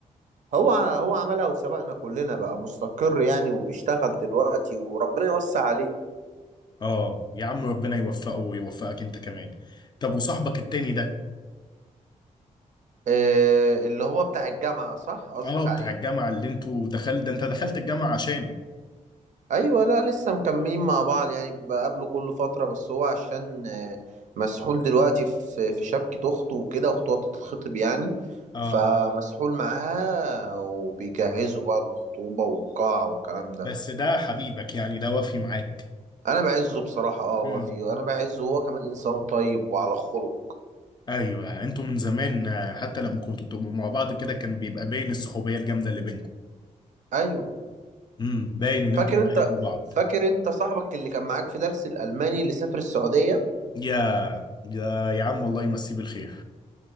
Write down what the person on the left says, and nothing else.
اه يا عم ربنا يوفقه ويوفقك انت كمان طب وصاحبك التاني ده
اه بتاع
الجامعة اللي انتوا دخلت ده انت دخلت الجامعة عشانه
اه
بس ده حبيبك يعني ده وافي معاك
امم
ايوه انتوا من زمان آه، حتى لما كنتوا بتبقوا مع بعض كده كان بيبقى باين الصحوبية الجامدة اللي بينكم
امم باين ان انتوا
بتحبوا
بعض
يا يا يا عم والله يمسيه بالخير